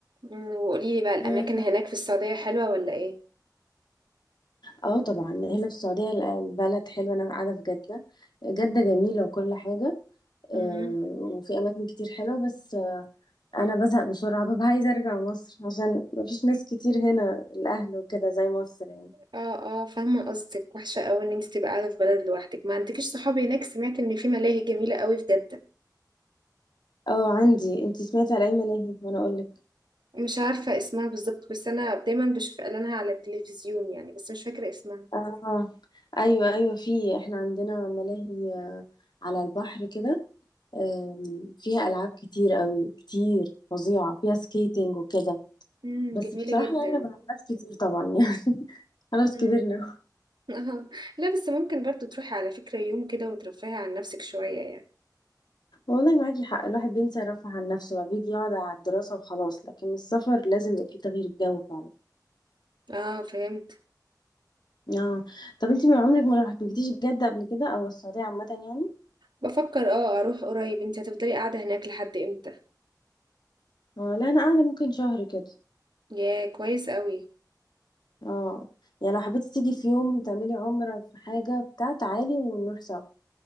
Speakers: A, on the right; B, on the left.
A: أمم، وقوليلي بقى الاماكن
B: و-
A: هناك في السعوديه حلوه ولا ايه
B: اه طبعا هنا في السعودية ال- البلد حلوة أنا قاعدة في جدة جدة جميلة وكل حاجة أه،
A: مهم.
B: وفي أماكن كتير حلوة بس أه، أنا بزهق بسرعة ببقى عايزة أرجع مصر عشان مفيش ناس كتير هنا الأهل وكده زي مصر يعني
A: اه اه فاهمه قصدك وحشه قوي ان انت تبقى قاعده في بلد لوحدك ما عندكيش صحابي هناك سمعت ان في ملاهي جميله قوي في جده
B: اه عندي انتي سمعتي على اي ملاهي وانا اقولك
A: مش عارفة اسمها بالظبط بس أنا دايما بشوف إعلانها على التلفزيون يعني بس مش فاكرة اسمها
B: اه ايوه ايوه في احنا عندنا ملاهي آه، على البحر كده آم، فيها العاب كتير قوي كتير فظيعه فيها سكيتنج وكده
A: امم
B: بس
A: جميلة
B: بصراحه
A: جدا
B: يعني ما بنلعبش كتير طبعا يعني <laughs> خلاص
A: امم
B: كبرنا
A: <laughs> لا بس ممكن برضو تروحي على فكرة يوم كده وترفهي عن نفسك شوية يعني
B: والله معاكي حق الواحد بينسى يرفه عن نفسه بقى بيجي يقعد على الدراسه وخلاص لكن السفر لازم يبقى فيه تغيير جو فعلا
A: اه فهمت
B: اه طب انتي من عمرك ما رحتيش جده قبل كده او السعوديه عامه يعني
A: بفكر اه اروح قريب انت هتفضلي قاعدة هناك لحد امتى
B: آه، لا انا قاعده ممكن شهر كده
A: يا كويس قوي
B: اه يعني لو حبيتي تيجي في يوم تعملي عمرة في حاجة بتاع تعالي ونروح سوا